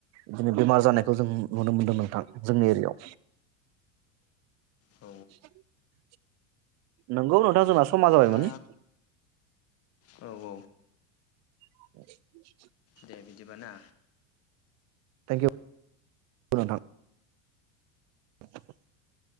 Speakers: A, on the right; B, on the left.
A: बिदिनो बेमार जानायखौ जों नुनो मोनदों नोंथां। जोंनि एरियायाव।
B: औ
A: <inaudible> नंगौ नोंथां जोंना समा जाबाय
B: दा
A: मोन <inaudible>
B: औ औ
A: <inaudible>
B: दे बिदिबा ना
A: थेंक इउ नोंथां। <inaudible>